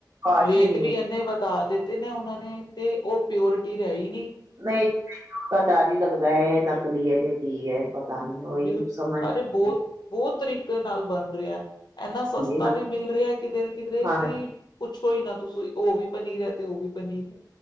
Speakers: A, on the right; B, on the left.
A: ਕਾਸ਼
B: ਰੇਟ
A: ਹੀ ਨਹੀਂ
B: ਵੀ
A: ਹੈ।
B: ਇਨੇ ਵਧਾ ਦਿੱਤੇ ਨੇ ਉਹਨਾਂ ਨੇ ਤੇ ਉਹ ਪਿਓਰਿਟੀ ਰਹੀ
A: ਨਹੀਂ-ਨਹੀਂ ਔ ਤਾਂ ਡਰ ਹੀ ਲੱਗਦਾ ਏ, ਨਕਲੀ ਹੈ ਏਹੇ ਕੀ ਹੈ। ਪਤਾ ਨੀ ਉਹੀ
B: ਬਿਲੁ
A: ਸਮਝ ਨੀ
B: ਅਰੇ ਬਹੁਤ-ਬਹੁਤ
A: ਆਉਂਦੀ।
B: ਤਰੀ ਕੇ ਨਾਲ ਬਣ ਰਿਹਾ ਏ। ਇੰਨਾ ਸਸਤਾ
A: ਹਾਂਜੀ ਹਾਂ,
B: ਵੀ ਮਿਲ ਰਿਹਾ ਏ ਕਿਧਰੇ-ਕਿਧਰੇ
A: ਹਾਂ
B: ਕਿ ਪੁੱਛੋ ਹੀ ਨਾ। ਦੱਸੋ ਉਹ ਵੀ ਪਨੀਰ ਹੈ, ਤੇ ਉਹ ਵੀ ਪਨੀਰ ਹੈ।